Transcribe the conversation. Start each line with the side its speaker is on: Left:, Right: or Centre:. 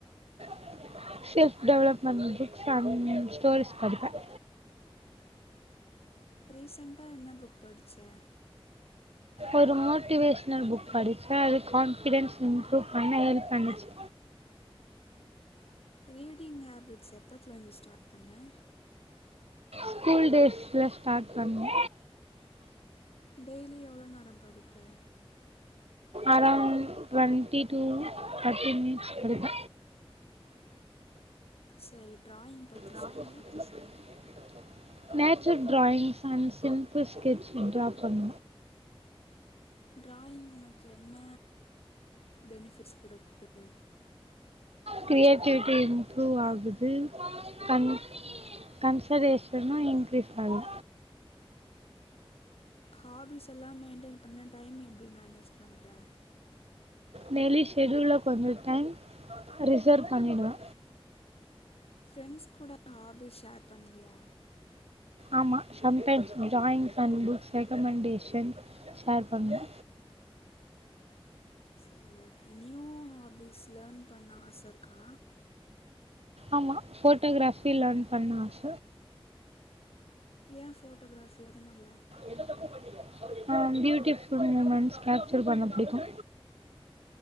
Right: <unintelligible> self development books and stories படிப்ப <inaudible>
Left: ரீசெண்டாக என்ன புக் படித்த
Right: ஒரு மோட்டிவேஷனல் புக் படிச்ச அது கான்பிடஸ் இப்ரூவ் பண்ண ஹெல்ப் பண்ணுச்சு
Left: ரீடிங் ஹேபிட்ஸ் எப்போத்தலந்து ஸ்டார்ட் பண்ணே
Right: ஸ்கூல் டேஸ்ல ஸ்டார்ட் பண்ண
Left: டெய்லி எவ்ளவு நேரம் படிப்பே
Right: அரவுண்ட் டு்வென்டி டூ தேட்டி மினிட்ஸ் படிப்ப
Left: சரி டிராயிங் பற்றி
Right: <unintelligible>
Left: சொல்லு
Right: நேச்சரல் டிராயிங்ஸ் அண்ட் சிம்பிள் ஸ்கெட்ச டரா பண்ண
Left: டிராயிங் உனக்கு என்ன பெனிஃபிட்ஸ் குடுக்குது
Right: கிரியேட்டிவிட்டி புருவாகுது கன் கன்ஷ்வேஷ்னு இன்கீரீஸ் ஆகுது
Left: ஹாபீஸ் எல்லா மெயின்டெயின் பண்ண டைம் எப்டி மேனேஜ் பண்ணுறே
Right: நெலி ஷெடியூல்லல கொஞ்சோ டைம் ரிசர்வ் பண்ணிடுவே
Left: ஃப்ரெண்ட்ஸ் கூட ஹாபி ஷேர் பண்ணுவியா
Right: ஆமா சம் டைம்ஸ் ஜான் தம்பு ரெக்கமண்டேஷன் ஷேர் பண்ணுவ
Left: சரி ஓகே நியூ ஹாபிஸ் லேர்ன் பண்ண ஆசருக்கா
Right: ஆமா போட்டோகிராபி லேன் பண்ண ஆச
Left: ஏன் ஃபோட்டோகிராஃபி அதனால
Right: எந்த தப்பு பண்ணிங்க ஆ பியூட்டிபல் மூமெண்ட்ஸ் கேப்சர் பண்ண புடிக்கு